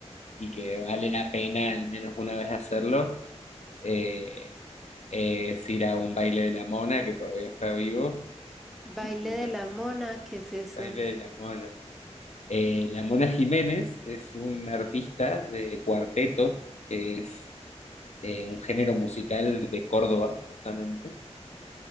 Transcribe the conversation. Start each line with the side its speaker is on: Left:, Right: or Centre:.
Left: y que vale la pena al menos una vez hacerlo Eh, eh, es ir a un baile de la Mona, que todavía está vivo.
Centre: Baile
Left: No,
Centre: de la mona, ¿qué es eso?
Left: Baile de la Mona. Eh, la Mona Jiménez es un artista de cuarteto, que es eh, un género musical de Córdoba, justamente,